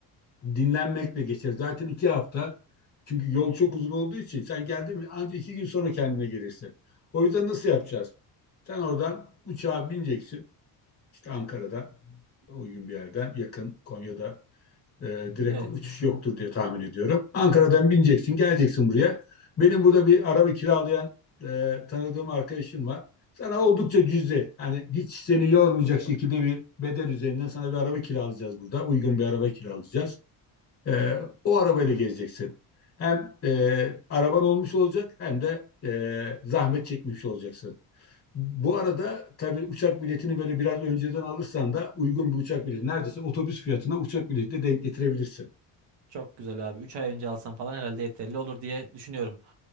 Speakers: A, on the left (about 35°); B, on the right (about 75°).
A: dinlenmekle geçer. Zaten iki hafta. Çünkü yol çok uzun olduğu için sen geldin mi ancak iki gün sonra kendine gelirsin. O yüzden nasıl yapacağız? Sen oradan uçağa bineceksin. İşte Ankara'da uygun bir yerden yakın Konya'da e, direkt
B: Evet.
A: uçuş yoktur diye tahmin ediyorum. Ankara'dan bineceksin, geleceksin buraya. Benim burada bir araba kiralayan e, tanıdığım arkadaşım var. Sana oldukça cüzi, hani hiç seni yormayacak şekilde bir bedel üzerinden sana bir araba kiralayacağız burada. Uygun bir araba kiralayacağız. E, o arabayla gezeceksin. Hem e, araban olmuş olacak hem de e, zahmet çekmiş olacaksın. Bu arada tabii uçak biletini böyle biraz önceden alırsan da uygun bir uçak bileti neredeyse otobüs fiyatına uçak bileti de denk getirebilirsin.
B: Çok güzel abi. 3 ay önce alsam falan herhalde yeterli olur diye düşünüyorum.